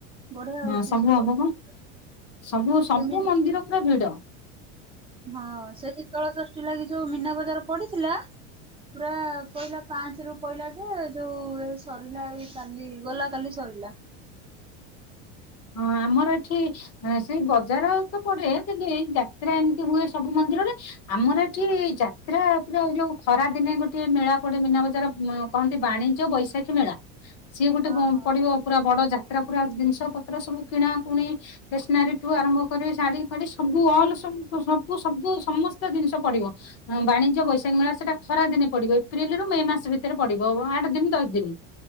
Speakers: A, on the right; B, on the left.
A: ବଢିଆ
B: ହଁ
A: ହଉଛି
B: ସବୁ
A: ଶୀତଳ
B: ହବ
A: ଷଷ୍ଠୀ।
B: ପା ସବୁ ସବୁ
A: ସେମିତି
B: ମନ୍ଦିର ପୁରା ଭିଡ଼।
A: ହଁ ସେଠୀତଳ ଷ୍ଠଟି ଲାଗି ଯୋଉ ମୀନା ବଜାର ପଡିଥିଲା ପୁରା ପହିଲା ପାଞ୍ଚ ରୁ ପହିଲା ଯେ ଯୋଉ ଏଇ ସରିଲା ଏଇ କାଲି ଗଲା କାଲି ସରିଲା
B: ହଁ ଆମର ଏଠ ହ ସେଇ ବଜାର ତ ପଡେ କିନ୍ତୁ ଏଇ ଯାତ୍ରା ଏମିତି ହୁଏ ସବୁ ମନ୍ଦିରରେ ଆମର ଏଠି ଯାତ୍ରା ପୁରା ଯୋଉ ଖରା ଦିନେ ଗୋଟେ ମେଳା ପଡେ ମିନା ବଜାର କହନ୍ତି ବାଣିଜ୍ୟ ବୈଶାଖୀ ମେଳା, ସିଏ ଗୋଟେ
A: ହଁ ହଁ
B: ପଡିବ ପୁରା ବଡ ଯାତ୍ରା ପୁରା ଜିନିଷ ର ସବୁ କିଣାକୁୁଣି ଷ୍ଟେସନାରି ଠୁ ଆରମ୍ଭ କରି ଶାଢୀ ସବୁ ଅଲ ସବୁ ସବୁ ସମସ୍ତ ଜିନିଷ ପଡିବ। ବାଣିଜ୍ୟ ବୈଶାଖ ମେଳ ସେଟା ଖରା ଦିନ ପଡିବ ଏପ୍ରିଲ ରୁ ମେ ମାସ ଭିତରେ ପଡିବ ଆଠ ଦିନ ଦଶ ଦିନ।